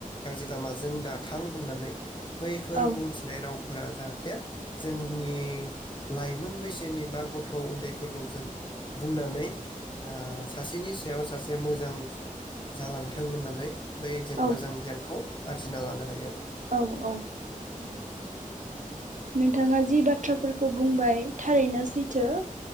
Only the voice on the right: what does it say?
औ
औ
औ औ नंगौ नोंथाङा जि बाथ्राफोरखौ बुंबाय थारैनो सैथो